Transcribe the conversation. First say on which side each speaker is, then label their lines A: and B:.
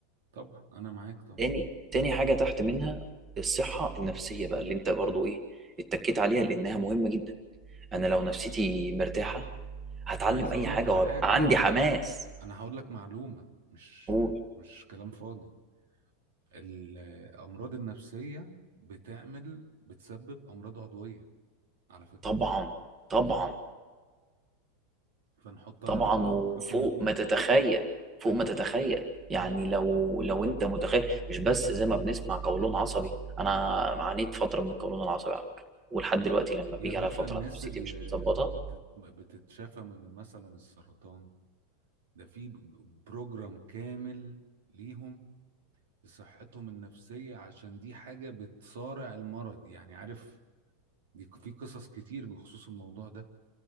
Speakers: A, on the right; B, on the right.
A: طبعا انا معاك طبعا
B: تاني تاني حاجة تحت منها الصحة النفسية بقى اللي انت برضو ايه اتكيت عليها لانها مهمة جدا انا
A: امم
B: لو نفسيتي مرتاحه هتعلم
A: انا عايز اقول
B: اي حاجه
A: لك على
B: وابقى
A: حاجه
B: عندي حماس
A: انا هقول لك معلومه مش
B: قول
A: مش كلام فاضي الامراض النفسيه بتعمل بتسبب امراض عضويه على فكره
B: طبعا طبعا
A: فنحطها
B: طبعا
A: رقم
B: وفوق
A: رقم اتنين
B: ما تتخيل فوق
A: ايوه
B: ما تتخيل يعني
A: ايوه
B: لو لو انت متخيل مش بس زي ما بنسمع قولون عصبي انا عانيت فتره من القولون العصبي على فكره ولحد دلوقتي لما بيجي
A: يا باشا
B: على فتره
A: الناس
B: نفسيتي
A: اللي
B: مش متظبطه
A: بتت... بتتشافى من مثلا السرطان ده في ب- بروجرام كامل ليهم لصحتهم النفسية عشان دي حاجة بتصارع المرض يعني عارف دي ك- في قصص كتير بخصوص الموضوع ده